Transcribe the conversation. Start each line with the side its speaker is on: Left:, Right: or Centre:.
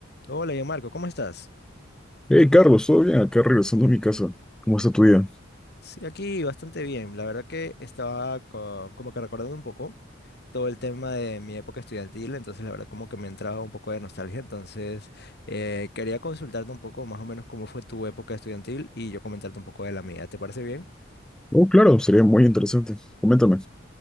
Left: Hola, yo Marco, ¿cómo estás?
Centre: Hey Carlos, ¿todo bien? Acá regresando a mi casa. ¿Cómo está tu día?
Left: Sí, aquí bastante bien. La verdad que estaba co- como que recordando un poco todo el tema de mi época estudiantil, entonces la verdad como que me entraba un poco de nostalgia, entonces eh, quería consultarte un poco más o menos cómo fue tu época estudiantil y yo comentarte un poco de la mía. ¿Te parece bien?
Centre: Oh, claro, sería muy interesante. Coméntame.